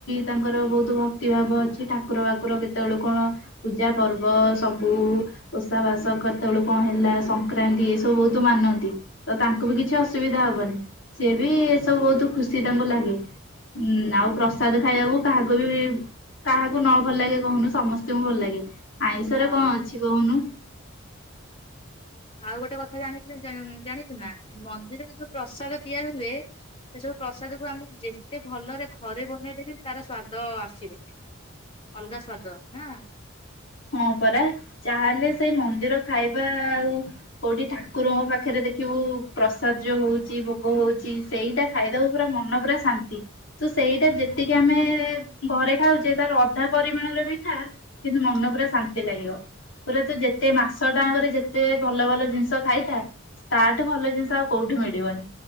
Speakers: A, on the left; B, on the left.
A: ତାଙ୍କର ବହୁତ ଭ କ୍ତିଭାବ ଅଛି ଠାକୁର ବାକୁର କେତେବେଳେ କଣ ପୂଜା ପର୍ବ ସବୁ ଓଷା ବାସ କେତେବେଳୁ କଣ ହେଲା ସଂକ୍ରାନ୍ତି ଏଇସବୁ ବୋହୁତୁ ମାନନ୍ତି। ତ ତାଙ୍କୁ ବି କିଛି ଅସୁବିଧା ହବନି ସିଏ ବି ଏସବୁ ବୋହୁତୁ ଖୁସି ତାଙ୍କୁ ଲାଗେ। ହୁଁ ଆଉ ପ୍ରସାଦ ଖାଇବାକୁ କାହାକୁ ବି କାହାକୁ ନ ଭଲ ଲାଗେ କୋହୁନୁ। ସମସ୍ତଙ୍କୁ ଭଲ ଲାଗେ। ଆଇଁଷରେ
B: ହଁ।
A: କଣ ଅଛି କୋହୁନୁ।
B: ଆଉ ଗୋଟେ କଥା ଜାଣିଛୁ ଜା-ଜାଣିଚୁ ନା ମନ୍ଦିରରେ ଯୋଉ ପ୍ରସାଦ ତିଆରି ହୁଏ। ସେ ସବୁ ପ୍ରସାଦକୁ ଆମେ ଯେତେ ଭଲରେ ଘରେ ବନେଇଲେବି ତାର ସ୍ଵାଦ ଆସିବନି। ଅଲଗା ସ୍ଵାଦ ନାଁ।
A: ହଁ ପରା ଯାହା ହେଲେ ସେ ମନ୍ଦିର ଖାଇବା ଆଉ କୋଉଠି ଠାକୁରଙ୍କ ପାଖରେ ଦେଖିବୁ ପ୍ରସାଦ ଯୋଉ ହଉଚି ଭୋଗ ହଉଚି ସେଇଟା ଖାଇଦୋବୁ ପୁରା ମନ ପୁରା ଶାନ୍ତି। ତୁ ସେଇଟା ଯେତିକି ଆମେ ଘରେ ଖାଉଚେ ତାର ଅଧା ପରିମାଣରେ ବି ଖା କିନ୍ତୁ ମନ ପୁରା ଶାନ୍ତି ଲାଗିବ। ପୁରା ତୁ ଯେତେ ମାସଟାଙ୍କରେ ଯେତେ ଭଲ ଭଲ ଜିନିଷ ଖାଇଥା। ତା ଠୁ ଭଲ ଜିନିଷ ଆଉ କୋଉଠୁ ମିଳିବନି।